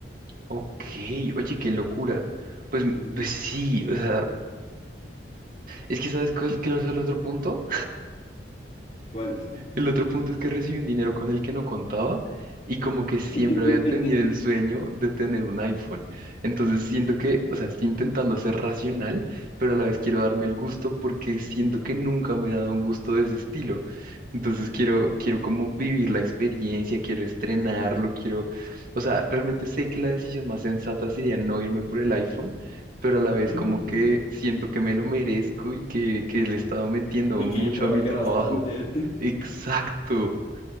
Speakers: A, on the right; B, on the left.
A: Ok, oye, qué locura. Pues,
B: Ujú.
A: pues sí, o sea, es que sabes cuál qué es el otro punto.
B: ¿Cuál?
A: El otro punto es que recibí un dinero con el que no contaba y como que siempre
B: <laughs>
A: había tenido el sueño de tener un iPhone. Entonces siento que, o sea, estoy intentando ser racional, pero a la vez quiero darme el gusto porque siento que nunca me he dado un gusto de ese estilo. Entonces quiero, quiero como vivir la experiencia, quiero estrenarlo, quiero, o sea, realmente sé que la decisión más sensata sería no irme por el iPhone. pero a la vez
B: y
A: como que siento que me lo merezco y que, que le he estado metiendo
B: que
A: mucho
B: ya trabajé
A: a mi trabajo.
B: bastante.
A: Exacto.